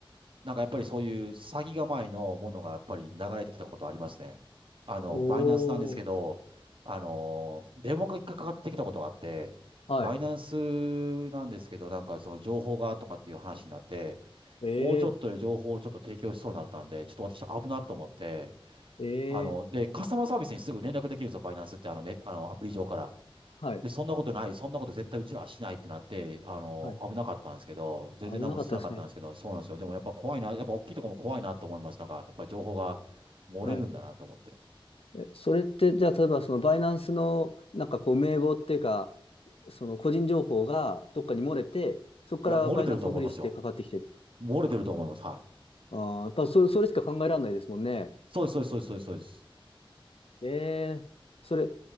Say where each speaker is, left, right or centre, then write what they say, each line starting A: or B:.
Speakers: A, on the right (about 65°); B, on the left (about 80°).
A: なんかやっぱりそういう詐欺構えのものがやっぱり流れてきたことありますね。あの、
B: おー、
A: バイナンスなんですけど、あの、電話がかかってきたことがあって、
B: はい。
A: バイナンスなんですけど、なんかその情報がとかっていう話になって、
B: え
A: もうちょっとで情報をちょっと提供しそうになったんで、ちょっと私危なと思って、
B: え、ええ、
A: あの、で、カスタマーサービスにすぐ連絡できるんですよ、バイナンスって、あのね、あの、アプリ上から。
B: はい。
A: で、そんなことない、そんなこと絶対うちらはしないってなって、あの、
B: はい
A: 危なかったんですけど、全然何もしなかったんですけど、
B: 危なかったですね。
A: そうなんですよ。でもやっぱ怖いな、やっぱ大きいとこも怖いなと思います。なんか、やっぱ情報が漏れるんだなと思って。
B: はい。え、それって、じゃあ、例えば、その、バイナンスの、なんかこう、名簿っていうか、その、個人情報がどっかに漏れて、そこからバイナンスのふりしてかかってきて、
A: いや、漏れてると思いますよ。漏れてると思います。はい。
B: ああ、やっぱそれ、それしか考えられないですもんね。
A: そうです、そうです、そうです、そうです。そうです
B: ええ、それ、